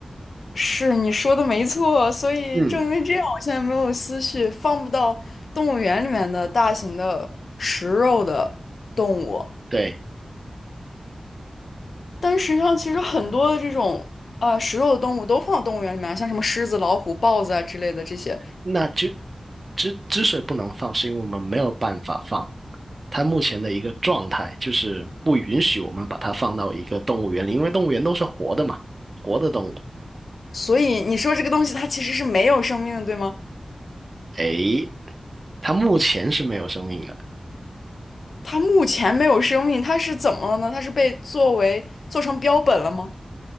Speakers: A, on the left (about 80°); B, on the right (about 45°).
A: 是你说的没错，所以正因为这样，
B: 嗯，
A: 我现在没有思绪，放不到动物园里面的大型的食肉的动物。
B: 对，
A: 但实际上，其实很多的这种呃食肉的动物都放到动物园里面啊像什么狮子、老虎、豹子啊之类的这些。
B: 那就之之所以不能放，是因为我们没有办法放。它目前的一个状态就是不允许我们把它放到一个动物园里，因为动物园都是活的嘛，活的动物。
A: 所以你说这个东西它其实是没有生命的，对吗？
B: 诶，它目前是没有生命的。
A: 它目前没有生命，它是怎么了呢？它是被作为做成标本了吗？